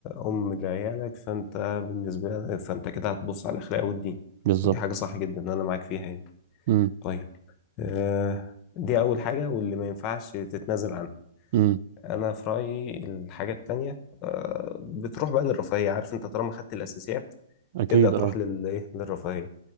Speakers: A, on the left; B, on the right.
A: ام لعيالك فانت بالنسبه لك فانت كده هتبص على الاخلاق والدين
B: بالظبط
A: ودي حاجه صح جدا انا معاك فيها يعني
B: امم
A: طيب آه دي اول حاجه واللي ما ينفعش تتنازل عنها
B: امم
A: انا في رايي الحاجه التانية آه بتروح بقى للرفاهيه عارف انت طالما خدت الاساسيات
B: اكيد
A: تبدا تروح
B: اه
A: لل ايه للرفاهيه